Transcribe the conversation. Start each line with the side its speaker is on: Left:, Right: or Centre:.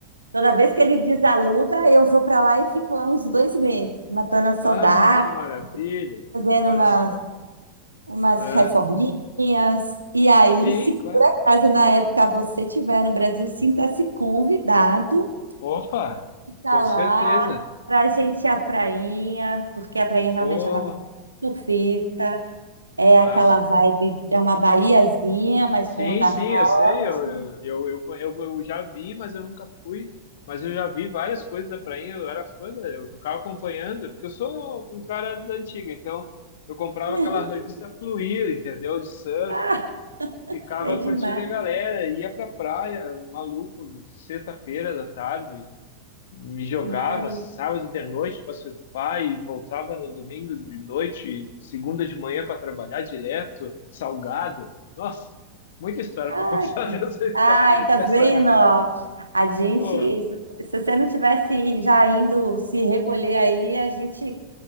Right: Toda vez que ele desaluga, eu vou para lá e fico lá uns dois meses, matando a saudade,
Left: Bah, que maravilha!
Right: fazendo
Left: Olha
Right: umas,
Left: só.
Right: umas
Left: Ah,
Right: reforminhas. E aí,
Left: sim,
Right: se por
Left: claro.
Right: acaso na época você estiver no Brasil, sinta-se convidado
Left: Opa!
Right: para
Left: Com
Right: lá,
Left: certeza.
Right: para a gente ir à prainha, porque a prainha realmente
Left: Pô,
Right: é uma praia surfista, é
Left: massa.
Right: aquela vibe, é uma baiazinha, mas
Left: Sim,
Right: com onda
Left: sim,
Right: forte.
Left: eu sei, eu, eu, eu, eu, eu já vi, mas eu nunca fui. Mas eu já vi várias coisas da prainha, eu era fã, da- eu ficava acompanhando, porque eu sou um cara da antiga, então eu comprava
Right: <laughs>
Left: aquela revista Fluir, entendeu? De surf,
Right: Ah,
Left: e ficava
Right: sei demais.
Left: curtindo a galera, ia pra praia, maluco, sexta-feira da tarde, me jogava
Right: Ai.
Left: sábado de noite para surfar e voltava no domingo de noite, e segunda de manhã para trabalhar direto, salgado. Nossa, muita história
Right: Ai,
Left: para contar
Right: que...
Left: <laughs> dessa, histó-
Right: Ai, tá
Left: dessa
Right: vendo?
Left: época.
Right: ó? A gente,
Left: Pô,
Right: se se você não tivesse já indo se recolher aí, a gente